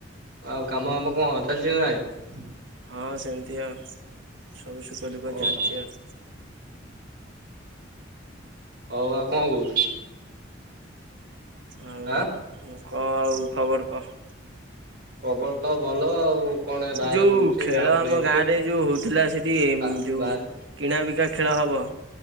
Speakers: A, on the right; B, on the right.
A: ଆଉ କାମ ଫାମ କଣ ଚାଲିଚି ନା ନାଇଁ?
B: ହଁ ସେମିତି ଆଉ। ସବୁ ସୁଖ ଦୁଃଖ
A: ଓହୋ
B: ଚାଲିଛି ଆଉ।
A: ହଉ ଆଉ କଣ କହୁଛୁ?
B: ଆଉ
A: ଆଁ
B: ଉଁ କଣ ଆଉ ଖବର କହ।
A: ଖବର ତ ଭଲ ଆଉ। କଣ ବାହାରେ
B: ଯୋଉ
A: ବୁଲୁଛି
B: ଖେଳ
A: ଗାଁକୁ ପଳେଇ
B: ଆମ
A: ଆଇଥିଲି
B: ଗାଁ ରେ ଯୋଉ ହଉଥିଲା ସେଠି ଉ
A: ଆ
B: ଯୋଉ
A: ବାହାରେ
B: କିଣା ବିକା ଖେଳ ହବ।